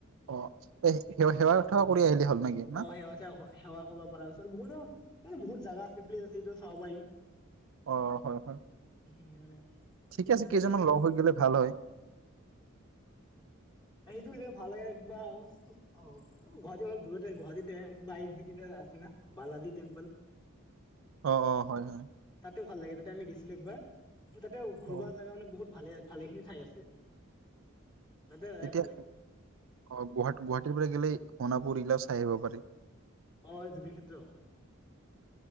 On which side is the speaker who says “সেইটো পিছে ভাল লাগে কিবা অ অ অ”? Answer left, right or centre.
Left